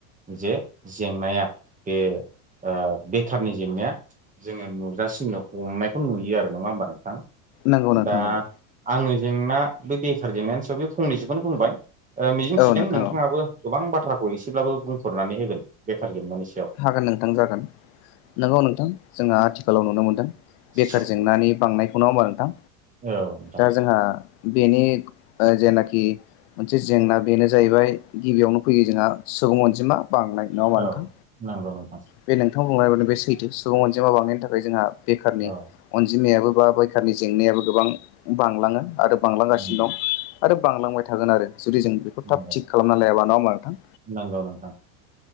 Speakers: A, on the right; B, on the left.
A: जे जेंनाया बे ओ बेखारनि जेंनाया जोङो नुजासिनो हमनायखौ नुयो आरो नङा हबारा नोंथां
B: नंगौ नोंथां
A: दा
B: नंगौ
A: आङो जेंना बे बेखार जेंनानि सायाव बे फंनैसोखौनो बुंबाय ओ मिजिंथिदों
B: औ नोंथां
A: नोंथाङाबो
B: औ
A: गोबां बाथ्राखौ एसेब्लाबो बुंफोरनानै होगोन बेखारजोंनानि
B: हागोन नोंथां जागोन नंगौ नोंथां जोंहा आथिखालाव नुनो मोनदों
A: औ
B: बेखार जेंनानि बांनाय खौ नङा होमबा नोंथां
A: नोंथां
B: दा जोंहा बेनि जेनाखि ओ मोनसे जेंना बेनो जाहैबाय गिबियावनो फैयो जोंहा सुबुं अनजिमा बांनाय नङा होमबा
A: औ
B: नोंथां
A: नोंगौ नोंथां
B: बे नोंथांमोन बुंनायानो बे सैथो सुबुं अनजिमा बांनायनि थाखाय जोंहा बेखारनि
A: औ
B: अनजिमायाबो बा बैखारनि जेंनायाबो गोबां बांलाङो आरो बांलांगासिनो
A: नंगौ
B: दं आरो बांलांबाय थागोन आरो जुदि जों बेखौ थाब
A: नंगौ
B: थिग खालामना लायाबा नङा होमबा नोंथां
A: नंगौ नोंथां